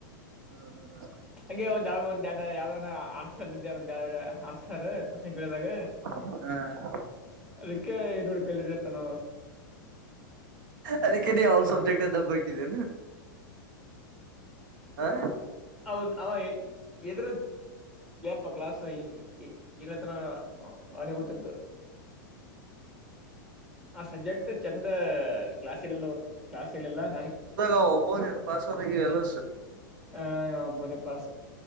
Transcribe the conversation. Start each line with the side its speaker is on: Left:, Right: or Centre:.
Right: ಹ್ಮ ಹ್ಮ
Centre: ಹಂಗೆ ಒಂದ್ ಯಾವಾಗ ಒಂದ ಎಡು ಯಾವ್ದ ಆನ್ಸರ್ದ್ದೆ ಒಂದ ಎ ಆನ್ಸರ್ ಕ್ವಶನ್ ಕೇಳಿದಾಗ
Right: ಹ್ಮ
Centre: ಅದಕ್ಕೆ ನೋಡಿ ಕಲ್ರಿತ ನ
Right: ಅದಕ್ಕೆ ನೀ ಅವ ಸಬ್ಜೆಕ್ಟ್ ಎ ಹಬ್ಬಕಿದ್ದೀ ಹ
Centre: ಅವನು ಇದರ ಪ್ ಕ್ಲಾಸ್ ಇಲ್ಲತ್ರನ ಅನೆ ಗೊತ್ತಿತ್ತು ಆ ಸಬ್ಜೆಕ್ಟ್ ಚೆಂದ ಕ್ಲಾಸ್ ಎಲ್ಲರು ಕ್ಲಾಸ್ ಎಲ್ಲ ನ
Right: ಹ ಒಬನ್ ಪಾಸ್ವ ಎಲ್ಲ
Centre: ಹ ಬೋಲೆ ಪಸ್